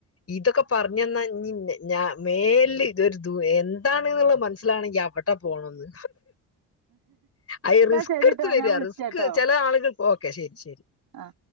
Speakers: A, on the left (about 30°); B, on the right (about 45°).
A: ഇതൊക്കെ പറഞ്ന്നാ ഞ്ഞിന്നെ ഞാൻ മെലില് ഇത് ഒരു ദു എന്താണെന്ന്ള്ള മനസ്സിലാണെങ്കി അവ്ടെ പോണന്ന്. അയ്
B: എന്നാ
A: റിസ്ക്
B: ശരിട്ടോ
A: എടുത്ത് വര്യാ
B: ഞാൻ വിളിച്ചട്ടോ
A: റിസ്ക് ചെല ആളുകൾ ഓക്കെ ശെരി ശെരി.
B: ആഹ്